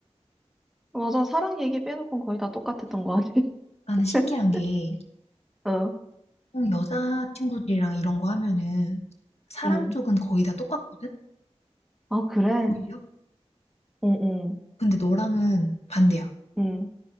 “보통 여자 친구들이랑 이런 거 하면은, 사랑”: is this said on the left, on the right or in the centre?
Left